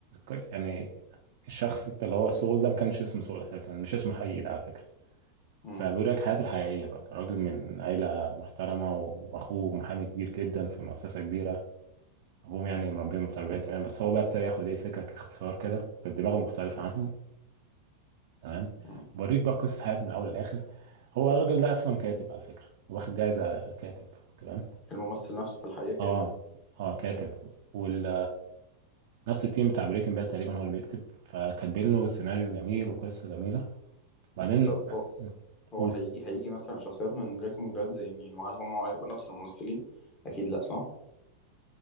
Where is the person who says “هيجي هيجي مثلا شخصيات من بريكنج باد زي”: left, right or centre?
Left